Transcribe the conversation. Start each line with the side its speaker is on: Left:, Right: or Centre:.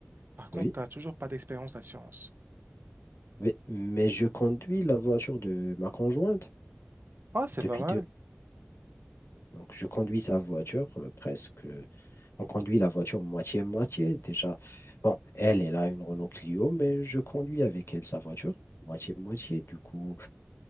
Right: Par contre,
Left: oui,
Right: t'as toujours pas d'expérience d'assurance.
Left: mais, mais je conduis la voiture de ma conjointe
Right: Oh, c'est
Left: depuis
Right: pas mal.
Left: Donc, je conduis sa voiture euh, presque. euh, On conduit la voiture moitié-moitié déjà. Bon, elle, elle a une Renault Clio, mais je conduis avec elle sa voiture moitié-moitié. Du coup,